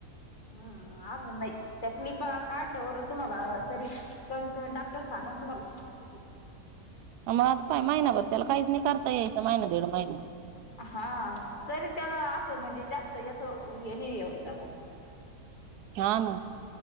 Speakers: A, on the left (about 35°); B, on the right (about 85°).
A: अं आजून नाही त्या क्लीपा. काढल्यावर तुम्हाला तरी कमीत कमी डॉक्टर सांगन तुम्हाला
B: म आता काय महिनाभर त्याला काहीच नाही करता यायचं महिना दीड महिना.
A: हा तरी त्याला असं म्हणजे जास्त याच हे नाही वायचं आता.
B: हा ना